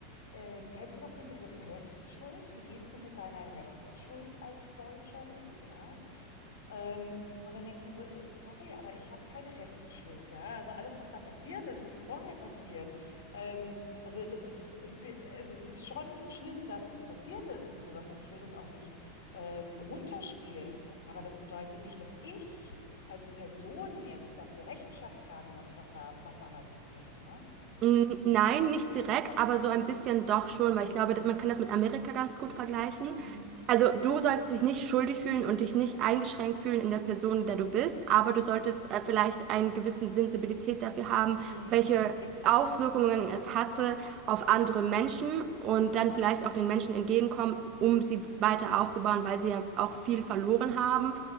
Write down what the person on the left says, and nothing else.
ähm, kennst du doch den Begriff Restschuld? Wie gehst du mit deiner Restschuld als Deutscher um? Ja? Ähm, und dann denke ich mir so, eh, sorry, aber ich habe keine Restschuld, ja. Also alles, was da passiert ist, ist vor mir passiert. Ähm, also das ist, es ist, also es ist schon schlimm, dass das passiert ist und sowas. Und ich will das auch nicht ähm, runterspielen. Aber das bedeutet nicht, dass ich als Person jetzt dafür Rechenschaft tragen muss, was da, was damals passiert ist, ne?
Mhm.
Mhm.
Mhm.
Richtig.